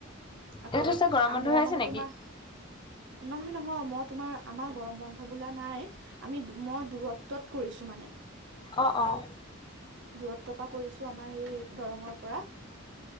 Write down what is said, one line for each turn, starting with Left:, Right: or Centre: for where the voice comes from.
Right: আকৌ
Left: এইটো চা গৰম বন্ধ
Right: মোৰ
Left: হৈ
Right: মানে
Left: আছে নেকি?
Right: তোমাৰ নহয় নহয় মই তোমাৰ আমাৰ গৰম বন্ধ বোলা নাই আমি মই দূৰত্বত কৰিছো মানে
Left: অঁ অঁ
Right: দূৰত্ব পৰা কৰিছো আমাৰ সেই দৰঙৰ পৰা